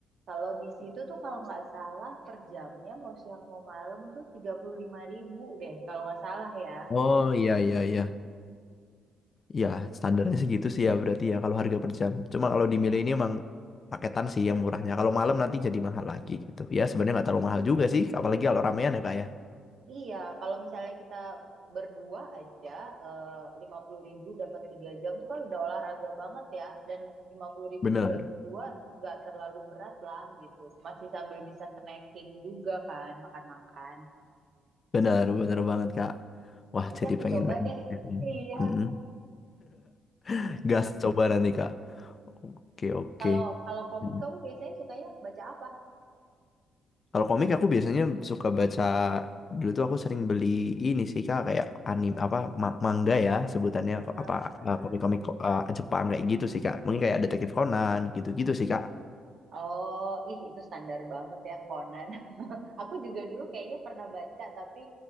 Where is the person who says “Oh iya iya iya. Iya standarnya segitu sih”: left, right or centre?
Left